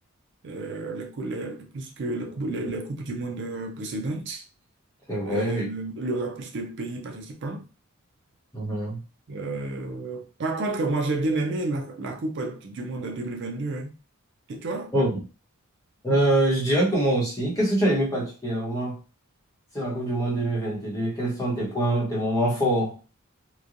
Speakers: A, on the right (about 55°); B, on the left (about 15°).
A: euh, les, cou- les- plus que les, cou- les- les Coupes du Monde euh, précédentes.
B: C'est vrai,
A: Euh,
B: oui.
A: il y aura plus de pays participants.
B: Mhm.
A: Euh, par contre, moi, j'ai bien aimé la, la Coupe du Monde en 2022. hein. Et toi?
B: Oh. Euh, je dirais que moi aussi. Qu'est-ce que tu as aimé particulièrement sur la Coupe du Monde deux mille vingt-deux Quels sont tes points, tes moments forts?